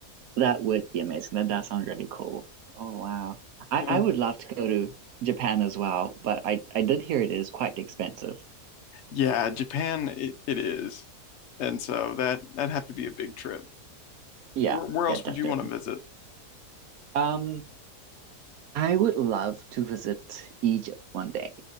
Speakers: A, on the right; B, on the left.
A: That would be amazing. That does sound really cool. Oh wow. I,
B: Yeah,
A: I would love to go to Japan as well, but I, I did hear it is quite expensive.
B: yeah, Japan it, it is. And so that that'd have to be a big trip.
A: Yeah,
B: Where, where else
A: yeah, definitely.
B: would you want to visit?
A: Um, I would love to visit Egypt one day.